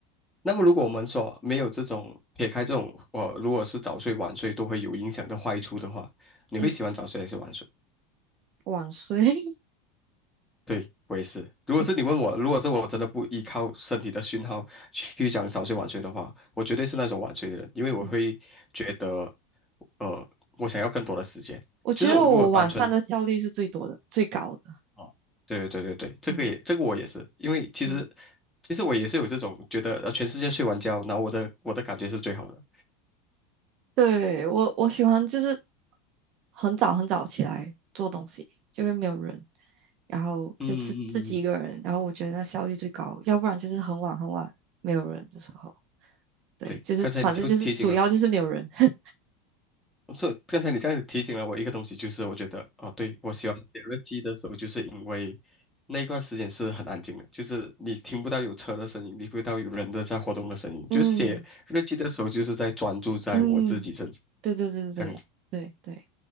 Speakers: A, in the centre; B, on the right (about 35°).
A: 那么如果我们说没有这种撇开这种，我如果是早睡晚睡都会有影响的坏处的话，你会喜欢早睡还是晚睡？
B: 嗯，晚睡，
A: 对，我也是。
B: <laughs>
A: 如果是你问我，
B: 嗯
A: 如果是我真的不依靠身体的讯号去讲早睡晚睡的话，我绝对是那种晚睡的人，因为我会觉得，
B: 嗯，
A: 呃，我想要更多的时间。
B: 我觉得我晚上的效率是最多的，
A: 就是我如果单纯
B: 最高的，
A: 啊，对对对对对，这个也这个我也是，
B: 嗯。
A: 因为其实
B: 嗯。
A: 其实我也是有这种觉得，呃，全世界睡完觉，然后我的我的感觉是最好的。
B: 对，我我喜欢就是很早很早起来做东西，就会没有人，然后就自自己一个人，
A: 嗯嗯嗯，嗯
B: 然后我觉得那效率最高。要不然就是很晚很晚没有人的时候，对，
A: 对，
B: 就是反正就是主要就是没有人。
A: 刚才你就提醒了，
B: <laughs>
A: 这刚才你这样子提醒了我一个东西，就是我觉得哦，对，我喜欢写日记的时候，就是因为那一段时间是很安静的，就是你听不到有车的声音，你听不到有人的在活动的声音，
B: 嗯
A: 就是写日记的时候，就是在专注在我自己身上，
B: 嗯，对对对对对对对，
A: 这样子。